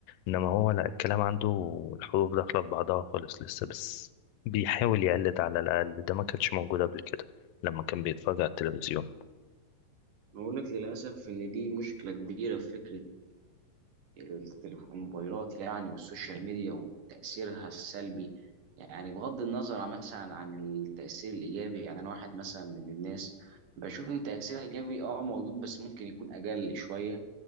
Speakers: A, on the left; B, on the right.
A: إنما هو لا الكلام عنده الحروف داخلة في بعضها خالص لسه بس بيحاول يقلد على الأقل ده ما كانش موجود قبل كده لما كان بيتفرج على التلفزيون
B: بقول لك للاسف ان دي مشكله كبيره في فكره التليف- الموبايلات يعني والسوشيال ميديا وتأثيرها السلبي يعني بغض النظر عن- مثلا عن التأثير الإيجابي يعني أنا واحد مثلا من الناس بشوف إن التأثير الإيجابي أه موجود بس ممكن يكون أقل شوية